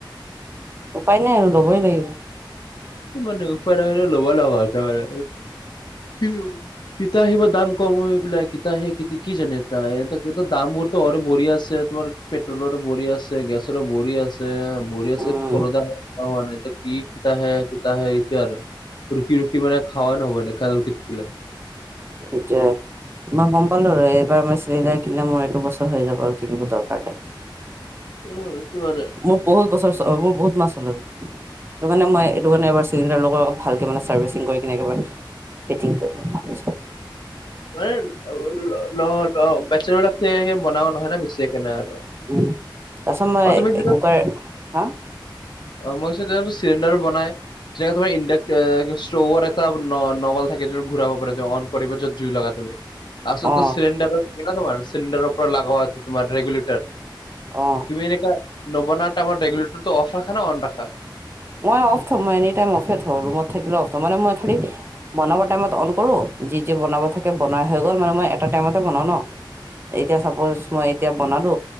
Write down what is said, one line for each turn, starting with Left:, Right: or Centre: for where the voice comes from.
Right: উপায় নাই আৰু ল'বই লাগিব।
Left: <unintelligible> ল'ব লগা হৈছে মানে <unintelligible> কিত আহিব দাম কম হৈ পেলাই কিত আহি কি জানে এ দামবোৰতো অৰ বঢ়ি আছে তোমাৰ পেট্ৰলৰো বৰি আছে গেছৰো বৰি আছে। বৰি আছে
Right: উম
Left: <unintelligible> হোৱা নাই কিতাে শিতাহে এতিয়া আৰু। ৰখি ৰখি মানে খাৱ নবানে <unintelligible>
Right: সেইটোৱে। মই গ'ম পালো আৰু এইবাৰ মই চিলিণ্ডাৰ কিনিলে মোৰ এইটো বছৰ হৈ যাব, আৰু কিনিব দৰকাৰ নাই।
Left: উ, এটো মানে।
Right: মোৰ বহুত বছৰ মোৰ বহুত মাহ চলেটো। সটো কাৰানে মই এইটো কাৰণে, এবাৰ চিলিণ্ডাৰ লগোৱাৰ আগত ভালকে মানে চাৰ্ভিচিং কৰি কিনে একেবাৰ ফিটিং কৰি ল'ম ভাবিছোঁ।
Left: মানে <unintelligible> বিলাক বনাও নহয় ন' বেছিকাৰণে আৰু।
Right: উম, তাৰপিচত মই
Left: আৰু তুমি যিটো
Right: একুকাৰ হা?
Left: মই কৈছোঁ তেনে চিলিণ্ডাৰও বনাই। যেনে তোমাৰ ইণ্ডাক্ ষ্টোভত এটা নভেল থাকে জোনটো ঘূৰাব পাৰে তে অন কৰিব যদি জুই লগা তুমি আছতো
Right: অ
Left: চিলিণ্ডাৰ থাকা তোমাৰ চিলিণ্ডাৰৰ পৰা লগোৱা আছে তোমাৰ ৰেগুেলেটাৰ।
Right: অ'।
Left: তুমি এনে নৱনাৰ টাইমত ৰেগুলেটৰটো অফ ৰাখা না অন ৰাখা?
Right: মই অফ থ'ম মই এনি টাইম অফে থওঁ ৰুমত থাকিলেও অফ থ'ম মানে মই খালি বনাব টাইমত অন কৰো যি যি, বনাব থাকে বনাই হৈ গ'ল মানে মই এটা টাইমতে বনাওঁ ন'। এতিয়া চাপ'জ মই এতিয়া বনালো।